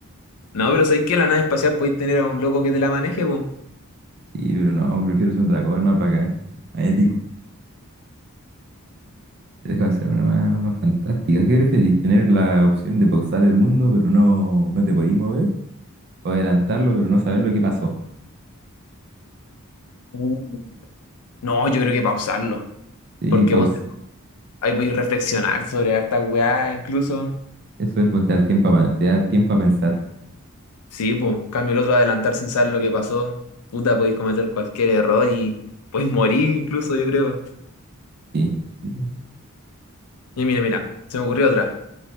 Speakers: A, on the left; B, on the right.
A: No, pero ¿sabéis que la nave espacial podéis tener a un loco que te la maneje, po?
B: Sí, pero no, prefiero ser un dragón más bacán, más épico. Déjame hacer una más, más fantástica. ¿Qué preferís? ¿Tener la opción de pausar el mundo, pero no, no te podís mover? ¿O adelantarlo, pero no saber lo que pasó?
A: Mm. No, yo creo que pausarlo.
B: Sí,
A: Porque
B: paus
A: ponte Ahí voy a reflexionar sobre harta weá, incluso.
B: eso es, pues te da el tiempo a, te da el tiempo a pensar.
A: Sí, pues, cambio el otro adelantar sin saber lo que pasó. Puta, podéis cometer cualquier error y podéis morir incluso, yo creo.
B: Sí. sí.
A: Y mira, mira, se me ocurrió otra.